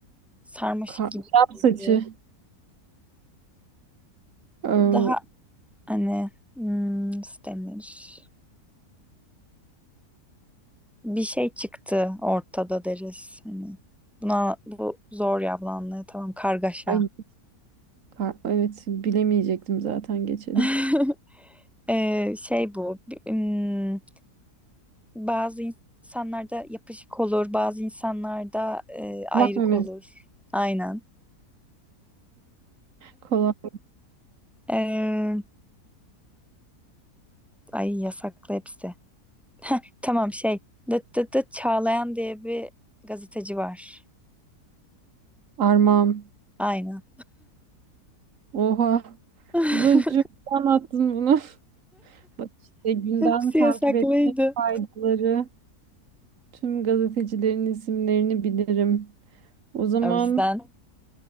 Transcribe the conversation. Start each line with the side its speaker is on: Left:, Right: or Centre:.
Centre: sarmaşık
Right: Ka-
Centre: gibi
Right: Arap
Centre: oldu.
Right: saçı. Ee,
Centre: Daha Hani hmm, nasıl denir? Bir şey çıktı ortada deriz. Hani buna bu zor ya bunu anlaya- Tamam kargaşa.
Right: ay, ka- evet bilemeyecektim zaten geçelim.
Centre: <laughs> Ee, şey bu. bi- hmm, bazı insanlarda yapışık olur, bazı insanlarda e,
Right: <laughs>
Centre: ayrık
Right: Kulak memesi.
Centre: olur. Aynen.
Right: Kolak.
Centre: Ee, ay yasaklı hepsi. Tamam şey. Dıt dıt dıt Çağlayan diye bir gazeteci var.
Right: Armağan.
Centre: Aynen.
Right: Oha.
Centre: <laughs>
Right: Bu Bulacığım anlattın bunu. <laughs> Bak işte gündem
Centre: Hepsi
Right: takip
Centre: yasaklıydı.
Right: etmenin faydaları. Tüm gazetecilerin isimlerini bilirim. O zaman
Centre: O yüzden.